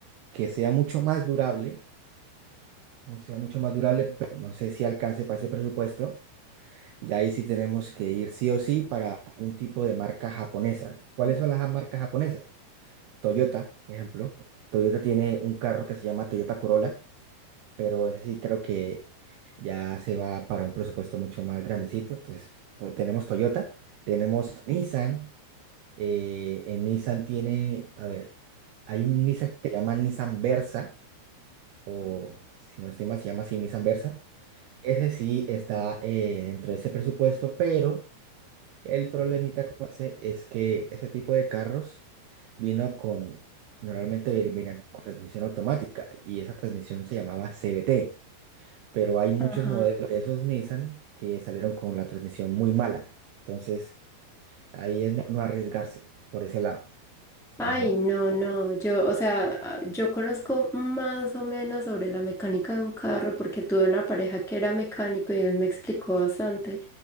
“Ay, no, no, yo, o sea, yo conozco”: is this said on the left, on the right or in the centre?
Centre